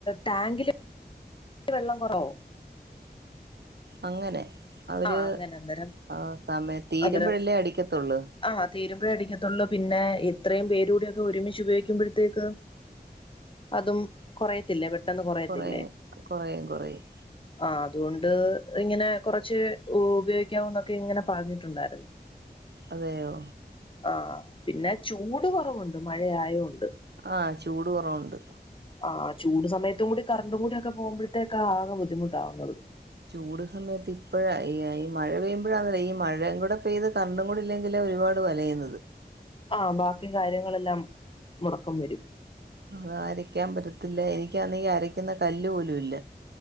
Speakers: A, on the left; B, on the right.
A: ടാങ്കില് വെള്ളം കുറവോ
B: അങ്ങനെ അവര്
A: ആഹ് അങ്ങനെ അന്നേരം
B: ആഹ് സമയം തീരുമ്പഴല്ലേ
A: അന്നേരം
B: അടിക്കത്തൊള്ള്
A: ആഹ് തീരുമ്പഴേ അടിക്കത്തൊള്ള് പിന്നെ എത്രയും പേര് കൂടെയൊക്കെ ഒരുമിച്ച് ഉപയോഗിക്കുമ്പഴത്തേക്ക് അതും കൊറയത്തില്ലേ പെട്ടെന്ന് കൊറയത്തില്ലേ
B: കൊറയും കൊറയും കൊറയും
A: ആഹ് അതുകൊണ്ട് ഇങ്ങനെ കൊറ ച്ച് ഉ ഉപയോഗിക്കാവോന്നൊക്കെ ഇങ്ങനെ പറഞ്ഞിട്ടുണ്ടാരുന്നു
B: അതെയോ
A: ആഹ് പിന്നെ ചൂട് കുറവുണ്ട് മഴയായോണ്ട്
B: ആഹ് ചൂട് കുറവുണ്ട്
A: ആഹ് ചൂട് സമയത്തും കൂടി കറണ്ടും കൂടി ഒക്കെ പോകുമ്പഴത്തേക്കാ ആകെ ബുദ്ധിമുട്ടാവുന്നത്
B: ചൂട് സമയത്ത് ഇപ്പഴാ ഈ ഈ മഴ പെയ്യുമ്പഴാന്നല്ല ഈ മഴയും കൂടെ പെയ്ത് കറണ്ടും കൂടി ഇല്ലെങ്കില് ഒരുപാ ട് വലയുന്നത്
A: ആഹ് ബാക്കി കാര്യങ്ങളെല്ലാം മുടക്കം വരും
B: അതാ അരക്കാൻ പറ്റത്തില്ല എനിക്കാന്നെങ്കി അരക്കുന്ന കല്ല് പോലും ഇല്ല